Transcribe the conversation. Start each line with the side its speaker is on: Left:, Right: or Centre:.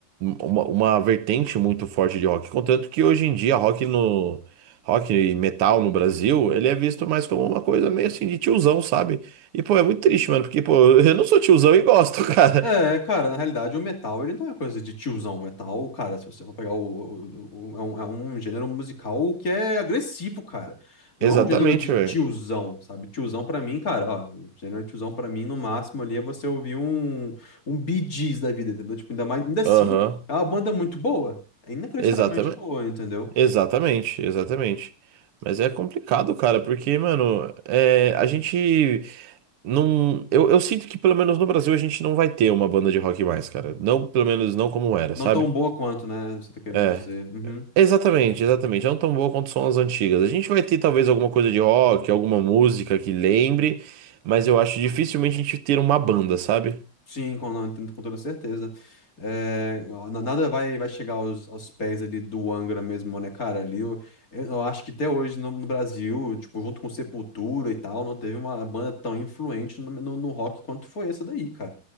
Right: uma, uma vertente muito forte de rock, contanto que hoje em dia rock no rock e metal no Brasil, ele é visto mais como uma coisa meio assim de tiozão, sabe? E pô, é muito triste, mano, porque pô, <laughs> eu não sou tiozão e gosto, <laughs> cara.
Left: É, cara, na realidade o metal, ele não é coisa de tiozão. O metal, cara, se você for pegar o, o- o- é um, é um gênero musical que é agressivo, cara. Não
Right: Exatamente,
Left: é um gênero de tiozão,
Right: velho.
Left: sabe? Tiozão pra mim, cara, ó, gênero de tiozão pra mim, no máximo ali é você ouvir um, um Bee Gees da vida, entendeu? Tipo, ainda mais, ainda assim,
Right: Aham.
Left: é uma banda muito boa. É inacreditavelmente
Right: Exatamente.
Left: boa, entendeu?
Right: Exatamente, exatamente. Mas é complicado, cara, porque, mano, é, a gente não. Eu, eu sinto que pelo menos no Brasil a gente não vai ter uma banda de rock mais, cara. Não, pelo menos não como era,
Left: Não
Right: sabe?
Left: tão boa quanto, né? Você tá querendo
Right: É.
Left: dizer. Uhum.
Right: Exatamente, exatamente. Não tão boa quanto são as antigas. A gente vai ter talvez alguma coisa de rock, alguma música que lembre, mas eu acho dificilmente a gente ter uma banda, sabe?
Left: Sim, com, não, entendo com toda certeza. É, na- nada vai, vai chegar aos, aos pés ali do Angra mesmo, né, cara? Ali, eu, eu acho que até hoje no, no Brasil, tipo, junto com Sepultura e tal, não teve uma banda tão influente no, no, no rock quanto foi essa daí, cara.